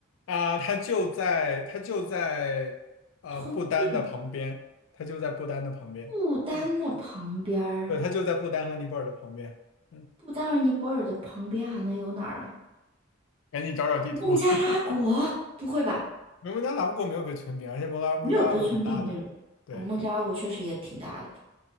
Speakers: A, on the left; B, on the right.
A: 啊，它就在它就在呃不丹的旁边，
B: 吞并
A: 它就在不丹的旁边。
B: 不丹的旁边儿，
A: 嗯，对，它就在不丹和尼泊尔的旁边。嗯，
B: 不丹和尼泊尔的旁边还能有哪儿啊？
A: 赶紧找找地图。
B: 孟加拉国？
A: <laughs>
B: 不会吧？
A: 摩门加拉国没有被吞并，而且摩拉摩加拉国很大的。
B: 没有被吞并地儿。
A: 对，
B: 哦，孟加拉国确实也挺大的。